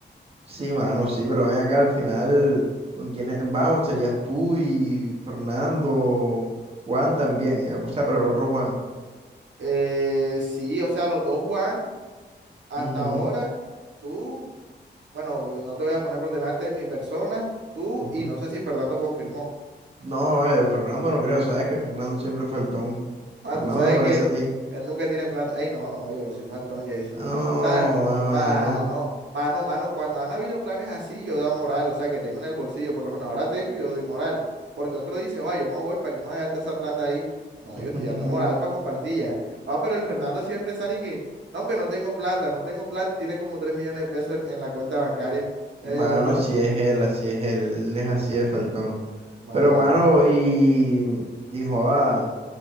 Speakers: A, on the right; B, on the right.
A: Sí, mano, sí, pero ven acá al final, ¿con quiénes vamos? Serías tú y Fernando, Juan también, eh, o sea, pero el otro Juan.
B: Eh, sí, o sea, los dos Juan, hasta
A: Ujú,
B: ahora, tú, bueno, no te voy a poner por delante mi persona, tú
A: ujú.
B: y no sé si Fernando confirmó.
A: No, ay, de Fernando no creo, sabes que Fernando siempre fue faltón.
B: Ah,
A: Fernando
B: tú sabes
A: se parece
B: que
A: a ti.
B: él nunca tiene plata. Ay, no, no, yo no soy faltón, Jason.
A: No,
B: ¿Sabes? Mano,
A: mano.
B: mano, mano, cuando han habido planes así, yo doy moral, o sea, que tengo en el bolsillo, por lo menos ahora tengo y yo doy moral. Porque otro dice, va, yo no voy, ¿para qué me voy a gastar esa plata ahí? No,
A: <laughs>
B: yo estoy dando moral para compartir ya. Va, pero el Fernando siempre sale y que, no, hombre, no tengo plata, no tengo plata y tiene como 3 millones de pesos en, en la cuenta bancaria. Eh,
A: Mano,
B: la-
A: si es él, así es él, él es así de faltón.
B: Mano.
A: Pero, mano, y, y joda.